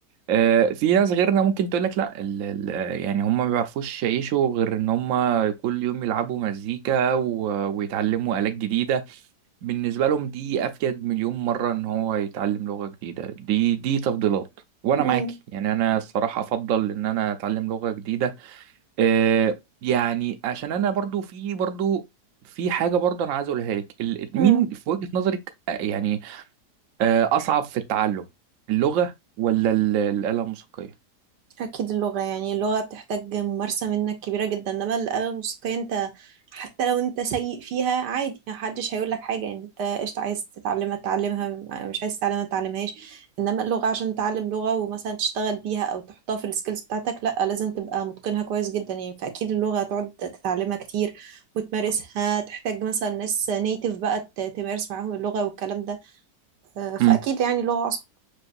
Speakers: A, on the right; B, on the right.
A: آه، في ناس غيرنا ممكن تقول لك لا ال ال يعني هم ما بيعرفوش يعيشوا غير ان هم كل يوم يلعبوا مزيكا و- ويتعلموا آلات جديده بالنسبة لهم دي أفيد مليون مرة إن هو يتعلم لغة جديدة دي دي تفضيلات وأنا
B: مم،
A: معاكي يعني أنا الصراحة أفضل إن أنا أتعلم لغة جديدة آه يعني عشان أنا برضو في برضو في حاجة برضو أنا عايز أقولها لك ال-
B: مم.
A: مين في وجهة نظرك آه، يعني آه أصعب في التعلم اللغة ولا ال- الآلة الموسيقية؟
B: أكيد اللغة يعني اللغة بتحتاج ممارسة منك كبيرة جدا إنما الآلة الموسيقية أنت حتى لو أنت سيء فيها عادي محدش هيقول لك حاجة يعني أنت قشطة عايز تتعلمها تتعلمها م- مش عايز تتعلمها متتعلمهاش إنما اللغة عشان تتعلم لغة ومثلا تشتغل بيها أو تحطها في السكيلز بتاعتك لأ لازم تبقى متقنها كويس جدا يعني فأكيد اللغة هتقعد تتعلمها كتير وتمارسها تحتاج مثلا ناس نيتيف بقى ت- تمارس معاهم اللغة والكلام ده آه، فأكيد
A: مم.
B: يعني اللغة أصعب